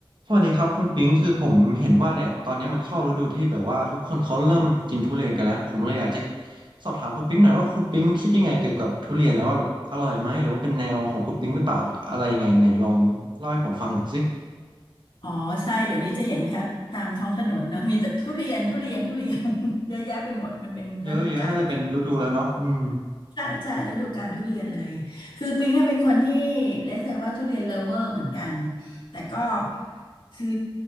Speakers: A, on the right (about 60°); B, on the left (about 65°).
A: สวัสดีครับคุณปิงคือผมเห็นว่าเนี่ยตอนนี้มันเข้าฤดูที่แบบว่าทุกคนเขาเริ่มกินทุเรียนกันแล้วผมเลยอยากจะสอบถามคุณปิงหน่อยว่าคุณปิงคิดยังไงเกี่ยวกับทุเรียนแล้วว่าแบบอร่อยไหมหรือว่าเป็นแนวของคุณปิงหรือเปล่าอะไรยังไงไหนลองเล่าให้ผมฟังหน่อยสิ
B: อ๋อใช่เดี๋ยวนี้จะเห็นไหมคะตามท้องถนนเนอะมีแต่ทุเรียนทุเรียนทุเรียน <laughs> เยอะแยะไปหมดมันเป็นฤดูกาลของเขา
A: เยอะเยอะน่าจะเป็นฤดูแล้วเนาะอืม
B: ใช่ใช่ฤดูกาลทุเรียนเลยคือปิ๊งเนี่ยเป็นคนที่เลสเซว่าทุเรียนเลิฟเวอร์เหมือนกันแต่ก็คือ